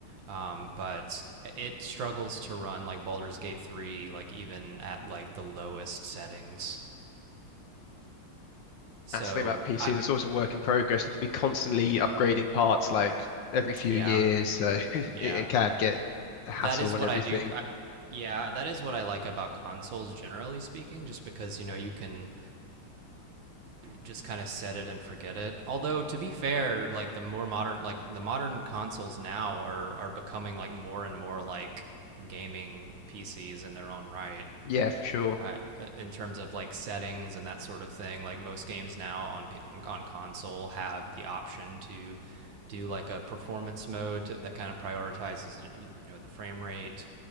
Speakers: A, on the right (about 65°); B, on the left (about 65°).
A: um, but it struggles to run like Baldur's Gate 3, like even at like the lowest settings. So
B: that's the thing about PCs.
A: I,
B: It's always a work in progress. You have to be constantly upgrading parts, like every few
A: yeah,
B: years, so <laughs> it,
A: yeah,
B: it can get a hassle
A: that is
B: and
A: what
B: everything.
A: I do. I, yeah, that is what I like about consoles, generally speaking, just because you know you can just kind of set it and forget it. Although to be fair, like the more modern, like the modern consoles now are are becoming like more and more like gaming PCs in their own right.
B: Yeah, for sure.
A: I, uh, in terms of like settings and that sort of thing. Like most games now on on, on console have the option to do like a performance mode to, that kind of prioritizes you know the frame rate